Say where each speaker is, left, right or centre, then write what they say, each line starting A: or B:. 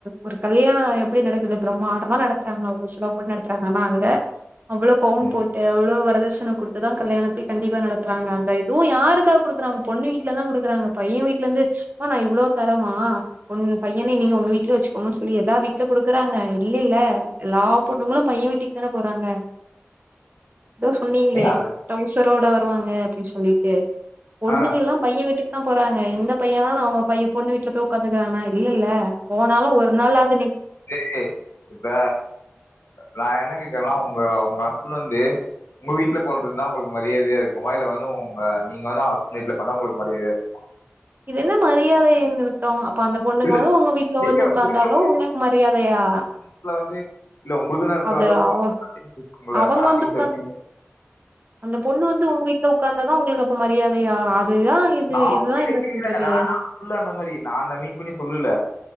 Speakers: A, on the right (about 40°); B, on the left (about 65°).
A: ஒரு கல்யாண எப்டி நடக்குது பிரமாண்டமா நடத்துறாங்க அவ்ளோ செலவு பண்ணி நடத்துறாங்க ஆனா அங்க அவ்ளோ பவுன்
B: ம்.
A: போட்டு அவ்ளோ வரதட்சண குடுத்து தா கல்யாணத்த கண்டிப்பா நடத்துறாங்க அந்த அதுவு யாருக்காக குடுக்குறாங்க பொண்ணு வீட்ல இருந்து தா குடுக்குறாங்க பைய வீட்ல இருந்து எம்மா நா இவ்ளோ தரேமா பொண்ணு பையன நீங்க உங்க வீட்லயே வச்சிக்கோங்கன்னு சொல்லி எதா வீட்ல குடுக்குறாங்க இல்லேல்ல எல்லா பொண்ணுங்களு பைய வீட்டுக்கு தான போறாங்க ஏதோ சொன்னீங்களே
B: ஏங்க அது
A: டவுசரோட வருவாங்க அப்டின்னு சொல்லீட்டு பெண்ணுங்க
B: ஆ
A: எல்லா பைய விட்டுக்கு தா போறாங்க எந்த பையன்னாலு அவ பைய பொண்ணு வீட்ல போய் ஒக்காந்துக்கிறானா இல்லல்ல போனாலு ஒரு நாளாது
B: செரி இப்ப நா என்ன கேக்றேன்னா உங்க உங்க ஹஸ்பெண்ட் வந்து உங்க வீட்ல ஒக்காந்துட்டுருந்தா உங்களுக்கு மரியாதையா இருக்குமா இல்ல வந்து உங்க நீங்க வந்து ஹஸ்பெண்ட் வீட்ல பண்ணா உங்களுக்கு மரியாதையா இருக்குமா
A: இது என்ன மரியாதை நிமித்தோ அப்ப அந்த பொண்ணுங்க
B: இல்ல
A: வந்து உங்க வீட்ல
B: கேக்குறேன்
A: வந்து உக்காந்தாலு
B: உங்களுக்குன்னு ஒரு
A: உங்களுக்கு மரியாதையா
B: இடத்துல வந்து இல்ல உங்களுக்கு அந்த இடத்துல
A: அது
B: வந்து
A: அவ
B: <inaudible>
A: அவங்க
B: பேமிலி
A: வந்து உக்காந்து
B: சர்கிள்ள
A: அந்த பொண்ணு வந்து உங்க வீட்ல உக்காந்தா தா உங்களுக்கு அப்ப மரியாதையா அதுதா இது
B: நா
A: இதுதா
B: உங்ககிட்ட
A: என்ன
B: கேக்றே
A: சொல்றது
B: நா நா சொல்லல அந்த மாரி நா அத மீன் பண்ணி சொல்லல